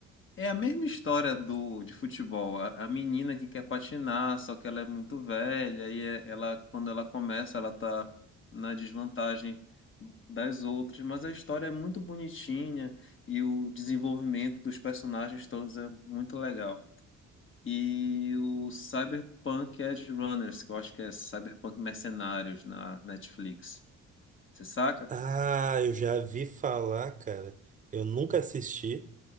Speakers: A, on the left; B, on the right.
A: É a mesma história do de futebol. A, a menina que quer patinar, só que ela é muito velha e é- ela quando ela começa, ela tá na desvantagem das outras, mas a história é muito bonitinha e o desenvolvimento dos personagens todos é muito legal. E o Cyberpunk Edge Runners, que eu acho que é Cyberpunk Mercenários na Netflix. Você saca?
B: Ah, eu já vi falar, cara. Eu nunca assisti,